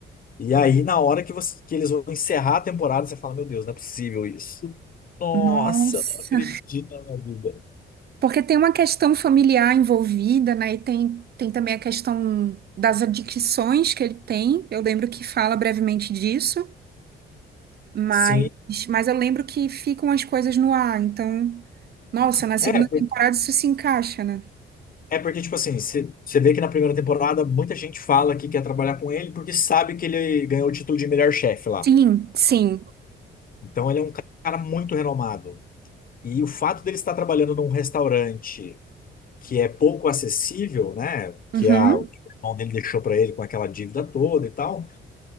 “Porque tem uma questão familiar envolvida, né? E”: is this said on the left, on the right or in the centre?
Right